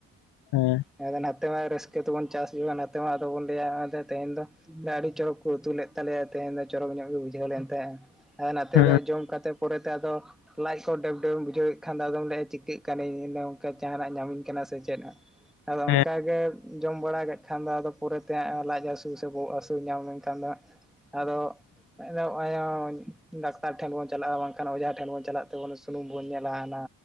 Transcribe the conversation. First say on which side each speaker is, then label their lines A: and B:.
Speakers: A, on the left; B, in the centre.
A: ᱦᱮᱸ
B: <unintelligible> ᱱᱟᱛᱮ ᱦᱚᱸ ᱨᱟᱹᱥᱠᱟᱹ ᱛᱮᱵᱚᱱ ᱪᱟᱥ ᱡᱚᱝ ᱱᱟᱛᱮ ᱢᱟ ᱵᱚᱱ ᱞᱟᱹᱭ ᱟ ᱛᱮᱦᱮᱧ ᱫᱚ ᱟᱹᱰᱤ ᱪᱚᱨᱚᱠ ᱠᱚ ᱩᱛᱩ ᱞᱮᱫ ᱛᱟᱞᱮᱭᱟ ᱛᱮᱦᱮᱧ ᱫᱚ ᱪᱚᱨᱚᱠ ᱧᱚᱜ ᱜᱮ ᱵᱩᱡᱷᱟᱹᱣ ᱞᱮᱱ ᱛᱟᱦᱮᱸᱟ ᱟᱨ ᱱᱟᱛᱮ
A: ᱦᱮᱸ
B: ᱫᱚ ᱡᱚᱢ ᱠᱟᱛᱮᱫ ᱯᱚᱨᱮᱛᱮ ᱟᱫᱚ ᱞᱟᱡ ᱠᱚ ᱰᱮᱢ ᱰᱮᱢ ᱵᱩᱡᱷᱟᱹᱣᱮᱫ ᱠᱷᱟᱱ, ᱫᱚ ᱟᱫᱚᱢ ᱞᱟᱹᱭᱮᱫ-ᱟ ᱪᱤᱠᱟᱹᱜ ᱠᱟᱱᱤᱧ ᱤᱱᱟᱹ ᱚᱱᱠᱟ ᱡᱟᱦᱟᱱᱟᱜ ᱧᱟᱢᱤᱧ ᱠᱟᱱᱟ ᱥᱮ ᱪᱮᱫ, ᱟᱫᱚ
A: ᱦᱮᱸ
B: ᱚᱱᱠᱟᱜᱮ ᱡᱚᱢ ᱵᱟᱲᱟ ᱠᱷᱟᱱ ᱫᱚ ᱟᱫᱚ ᱯᱚᱨᱮᱛᱮ, ᱞᱟᱡ ᱦᱟᱹᱥᱩ, ᱥᱮ ᱵᱚᱦᱚᱜ ᱦᱟᱹᱥᱩ, ᱧᱟᱢ ᱞᱮᱱᱠᱷᱟᱱ ᱫᱚ ᱦᱟᱸᱜ ᱟᱫᱚ <unintelligible> ᱰᱟᱠᱛᱟᱨ ᱴᱷᱮᱱ ᱵᱚᱱ ᱪᱟᱞᱟᱜ-ᱟ᱾ ᱵᱟᱝᱠᱷᱟᱱ ᱚᱡᱷᱟ ᱴᱷᱮᱱ ᱵᱚᱱ ᱪᱟᱞᱟᱜ ᱛᱮᱵᱚᱱ ᱥᱩᱱᱩᱢ ᱵᱚᱱ ᱧᱮᱞᱟᱱᱟ